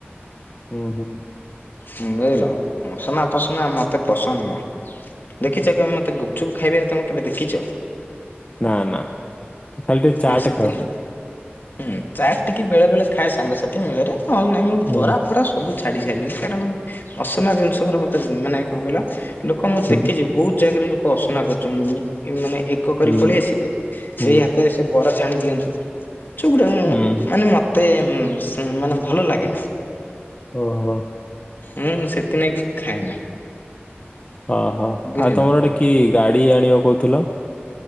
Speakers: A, on the left; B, on the left.
A: ହୁଁ ହୁଁ ହୁଁ।
B: ବୁଝିଲ ଅସନା ଫସନା ମତେ ପସନ୍ଦ ନୁହଁ ଦେଖିଚ କେବେ ମତେ ଗୁ ଗୁପଚୁପ୍ ଖାଇବାରେ ତମେ କେବେ ଦେଖିଛ?
A: ନା ନା ତୁ ଖାଲି ଟିକେ ଚାଟ
B: ହୁଁ ସେଥି
A: ଖାଉ।
B: ନାଇଁ ହୁଁ ଚାଟ୍ ଟିକେ ବେଳେବେଳେ ଖାଏ ସାଙ୍ଗସାଥି ମେଳରେ ନହେଲେ ନା ମୁଁ
A: ହୁଁ
B: ବରା ଫରା ସବୁ ଛାଡି ସାରିଲିଣିି କାରଣ ଅସନା ଜିନଷ ଉପରେ ମତେ ମାନେ କଣ କହିଲ ଲୋକ ମୁଁ
A: ହୁଁ
B: ଦେଖିଛି ବହୁତ ଜାଗାରେ ଲୋକ ଅସନା କରୁଛନ୍ତି ମାନେ ଏ ମାନେ ଏ କ କରି
A: ହୁଁ
B: ପଳେଇ ଆସିଲେ
A: ହୁଁ
B: ସେଇ ହାତରେ ସେ ବରା ଛାଣି ଦିଅନ୍ତି ସେଗୁଡା ମୁଁ
A: ହୁଁ
B: ମାନେ ମ ମତେ ଉଁ ସେ ମାନେ ଭଲ ଲାଗେନା।
A: ଓହୋ।
B: ମୁଁ ସେଥିନାଗି ଖାଏନା।
A: ଓହୋ
B: ବୁଝିଲ।
A: ଆଉ ତମର ଗୋଟେ କି ଗାଡି ଆଣିବ କହୁଥିଲ?